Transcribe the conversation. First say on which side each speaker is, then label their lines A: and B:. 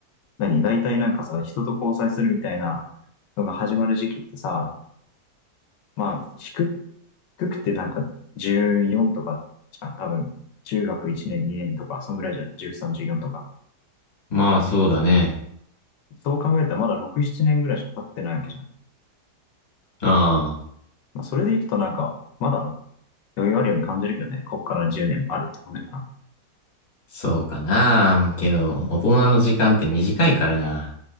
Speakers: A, on the left (about 85°); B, on the left (about 30°).
A: 何大体なんかさ、人と交際するみたいなのが始まる時期ってさ、まあ、低く低くてなんか14とかじゃん、多分。中学1年、2年とか、そんぐらいじゃん。13、14とか。
B: まあ、そうだね。
A: そう考えたらまだ6、7年ぐらいしか経ってないわけじゃん。
B: ああ。
A: まあ、それでいくとなんか、まだ余裕あるように感じるけどね。こっから10年あるって考えたら。
B: そうかな。けど、大人の時間って短いからな。